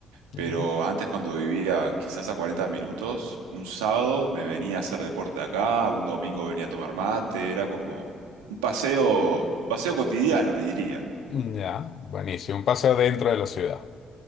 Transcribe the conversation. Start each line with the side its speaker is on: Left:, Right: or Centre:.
Left: ya.
Right: pero antes cuando vivía quizás a 40 minutos, un sábado me venía a hacer deporte acá, un domingo venía a tomar mate, era como un paseo, paseo cotidiano, diría,
Left: Ya. Buenísimo. Un paseo dentro de la ciudad.